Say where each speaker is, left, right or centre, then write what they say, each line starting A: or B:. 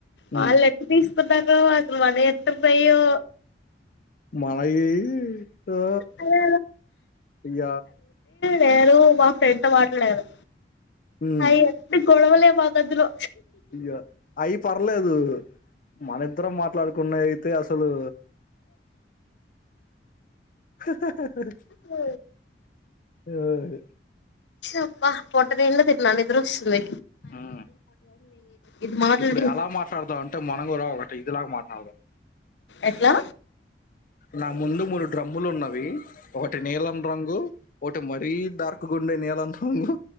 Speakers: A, on the left; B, on the left.
A: వాళ్ళు
B: ఉమ్,
A: ఎటు దీస్ కొందరు అంతే మన ఎంత బయో
B: మాయి ఓ
A: అదే
B: ఇగ
A: లేరు మా ఫ్రెండ్ తో మాట్లాడారు
B: ఉమ్,
A: అయన్ని గొడవలే మా గదిలో
B: ఇగ అయి పర్లేదు మన ఇద్దరం మాట్లాడుకున్నయి అయితే అసలు స స స స
A: ఓ
B: ఒయ్
A: అబ్బ పొట్ట నిండా తిన్నా నిద్దరస్తుంది
B: ఊ
A: ఇది మాట్లాడి
B: ఇప్పుడు ఎలా మాట్లాడతావ్ అంటే మనం కూడా ఒకటి ఇదిలాగా మాట్లాడ్ అవ
A: ఎట్లా
B: నా ముందు మూడు డ్రమ్ములు ఉన్నవి ఒకటి నీలం రంగు ఒకటి మరీ దార్క్ గుండె నీళ్లం రంగు